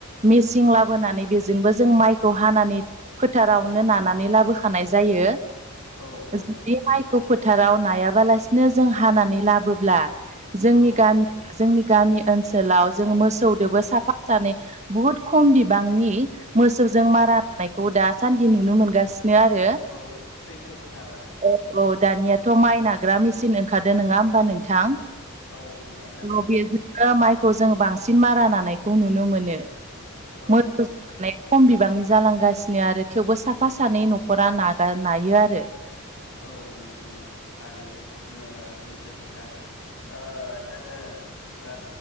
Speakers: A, on the right; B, on the left.
A: मेचिं लाबोनानै बेजोंबो जों माइखौ हानानै फोथारावनो नानानै लाबोखानाय जायो
B: औ औ
A: बे माइखौ फोथाराव नायाबालासिनो जों हानानै लाबोब्ला जोंनि
B: औ
A: गामि जोंनि गामि ओनसोलाव जों मोसौदोबो
B: औ
A: साफा सानै बुहुद खम बिबांनि मोसौजों
B: औ
A: मारा होनानायखौ दासानदि नुनो मोनगासिनो आरो
B: औ सैथो खोथा औ
A: औ औ दानियाथ' माइ नाग्रा मिसिन ओंखारदो नोङा होमबा नोंथां
B: औ ओंखारदों
A: औ बेजों ओ माइखौ जों बांसिन मारा नानायखौ नुनो मोनो
B: औ
A: मोसौ
B: औ
A: माने खम बिबांनि जालांगासिनो आरो थेवबो साफा सानै न'खरा नागा नायो आरो
B: औ नंगौ नंगौ थारैनो ओ सैथो खोथा ओ जोङो ओ